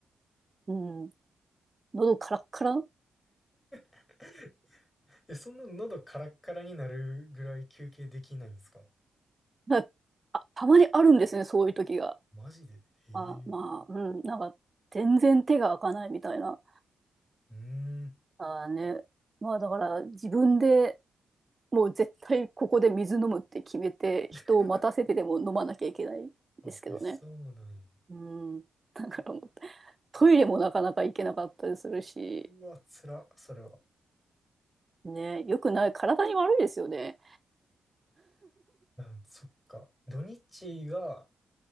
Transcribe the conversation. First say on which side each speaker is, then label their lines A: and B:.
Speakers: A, on the right; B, on the left.
A: う、うん、喉カラッカラ、
B: <laughs> え、そんな喉カラッカラになるぐらい休憩できないんですか
A: なあたまにあるんですね、そういう時が。
B: マジでええ
A: あ、まあ、うん、なんか、全然手が開かないみたいな。
B: うーん。
A: あーね。まあ、だから、自分でもう絶対ここで水飲むって決めて、人を待たせてでも飲まなきゃいけないんですけどね。
B: <laughs> あ、え、そうなんや。
A: うん。だからもう、
B: え
A: トイレもなかなか行けなかったりするし、
B: うわ、つら、それは。
A: ね、よくない、体に悪いですよね。
B: あ、そっか。土日が、